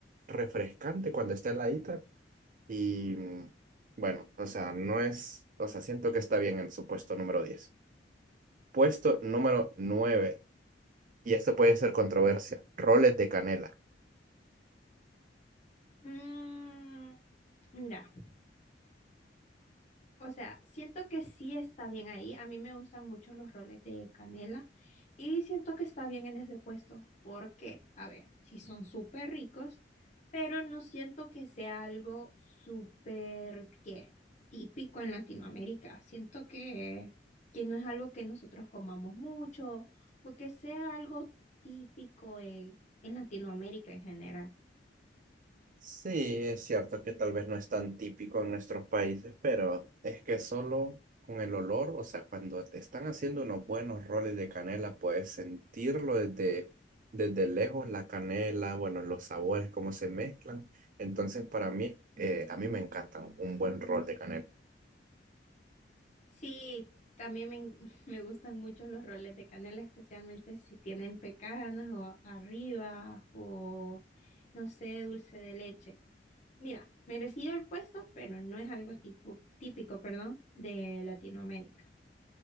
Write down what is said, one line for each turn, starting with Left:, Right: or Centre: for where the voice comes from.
Right: refrescante cuando está heladita, Y bueno, o sea, no es, o sea, siento que está bien en su puesto número diez Puesto número nueve y esto puede ser controversia, roles de canela.
Left: Mm, mira. O sea, siento que sí está bien ahí. A mí me gustan mucho los roles de canela y siento que está bien en ese puesto. porque, A ver, sí son súper ricos, pero no siento que sea algo súper, ¿qué? Típico en Latinoamérica. Siento que, que no es algo que nosotros comamos mucho o que sea algo típico en, en Latinoamérica en general.
Right: Sí, es cierto que tal vez no es tan típico en nuestros países, pero es que solo con el olor, o sea, cuando te están haciendo unos buenos roles de canela, puedes sentirlo desde, desde lejos, la canela, bueno, los sabores, cómo se mezclan. Entonces, para mí, eh, a mí me encantan un buen rol de canela.
Left: Sí, también me, en- <laughs> me gustan mucho los roles de canela, especialmente si tienen pecanas o arriba o, no sé, dulce de leche. Mira, merecido el puesto, pero no es algo tipo, típico, perdón, de Latinoamérica.